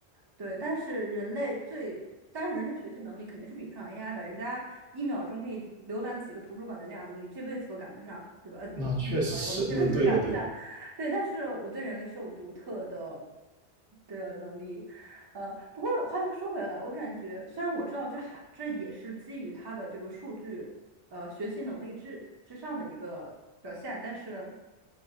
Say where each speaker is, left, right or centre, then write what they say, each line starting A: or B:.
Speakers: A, on the right; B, on the right.
A: 对，但是人类最，但是人的学习能力肯定是比不上 AI 的，人家一秒钟可以浏览几个图书馆的量，你这辈子都赶不上，对吧？呃，
B: 那确实是，
A: 你 sorry，我们这辈子都赶不上。
B: <laughs> 那对的对的，
A: 对，但是我觉得人类是有独特的的能力。呃，不过话又说回来，我感觉虽然我知道这还这也是基于它的这个数据，呃，学习能力之之上的一个表现，但是